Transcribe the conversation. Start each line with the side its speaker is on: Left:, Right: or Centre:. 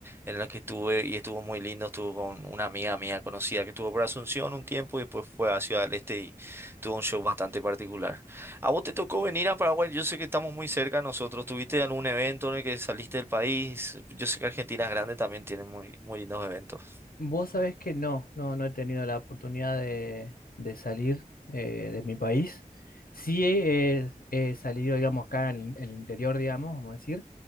Right: en la que estuve y estuvo muy lindo, estuvo con una amiga mía conocida que estuvo por Asunción un tiempo y después fue a Ciudad del Este y tuvo un show bastante particular. ¿A vos te tocó venir a Paraguay? Yo sé que estamos muy cerca nosotros. ¿Tuviste algún evento en el que saliste del país? Yo sé que Argentina es grande, también tiene muy, muy lindos eventos.
Left: Vos sabés que no, no, no he tenido la oportunidad de, de salir eh, de mi país. Sí he, he salido, digamos, acá en, el interior, digamos, vamos a decir,